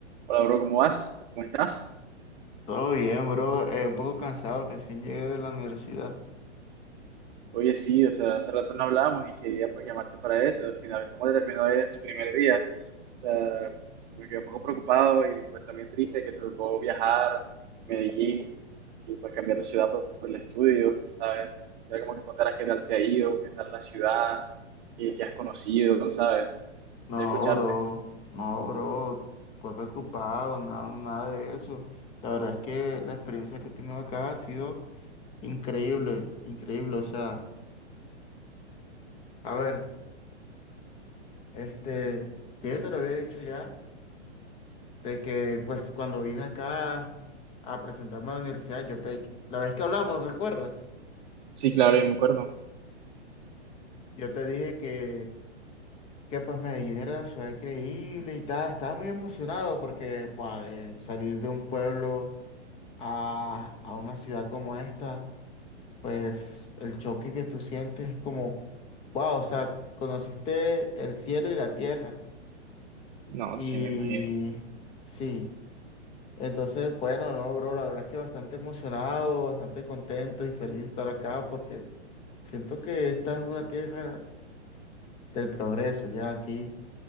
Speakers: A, on the right; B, on the left.
A: Hola, bro, ¿cómo vas? ¿Cómo estás?
B: Todo bien, bro. Eh, un poco cansado, recién llegué de la universidad.
A: Oye, sí, o sea, hace rato no hablábamos y quería pues llamarte para eso. Al final, ¿cómo te terminó de ir en tu primer día? O sea, me quedé un poco preocupado y pues también triste que te tocó viajar a Medellín y pues cambiar de ciudad por, por el estudio, ¿sabes? Era como que contaras qué tal te ha ido, qué tal la ciudad y qué has conocido, ¿sabes?
B: No,
A: Quería escucharte.
B: bro, no, bro. Cuerpo ocupado, nada, nada de eso. La verdad es que la experiencia que he tenido acá ha sido increíble, increíble. O sea, a ver, este, yo te lo había dicho ya, de que pues cuando vine acá a presentarme a la universidad, yo te, la vez que hablamos, ¿recuerdas?
A: Sí, claro, yo me acuerdo.
B: Yo te dije que que pues Medellín era una ciudad increíble y tal. Estaba muy emocionado porque pues, eh, salir de un pueblo a, a una ciudad como esta, pues el choque que tú sientes es como, wow, o sea, conociste el cielo y la tierra.
A: No,
B: Y
A: sí, me imagino.
B: sí, entonces, bueno, no, bro, la verdad es que bastante emocionado, bastante contento y feliz de estar acá porque siento que esta es una tierra del progreso, ya aquí.